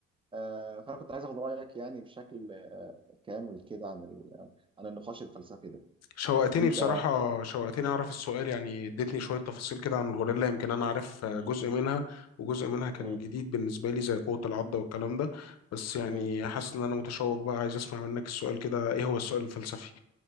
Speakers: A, on the right (about 20°); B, on the left (about 60°).
A: آه، فانا كنت عايز اخد رايك يعني بشكل آه، كامل كده عن ال- عن النقاش الفلسفي ده
B: شوقتني
A: انت
B: بصراحة شوقتني أعرف السؤال يعني اديتني شوية تفاصيل كده عن الغوريلا يمكن أنا عارف جزء
A: مم.
B: منها وجزء منها كان
A: مم.
B: جديد بالنسبة لي زي قوة العضة والكلام ده بس يعني
A: مم.
B: حاسس إن أنا متشوق بقى عايز أسمع منك السؤال كده إيه هو السؤال الفلسفي